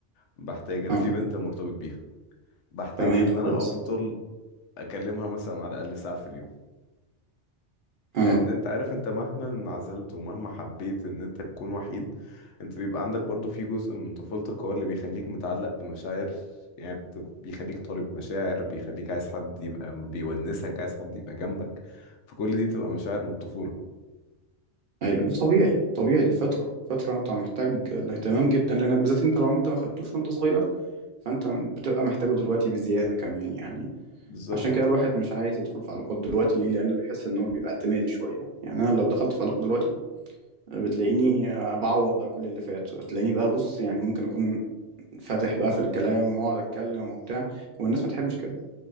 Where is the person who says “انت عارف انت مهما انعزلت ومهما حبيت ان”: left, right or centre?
Left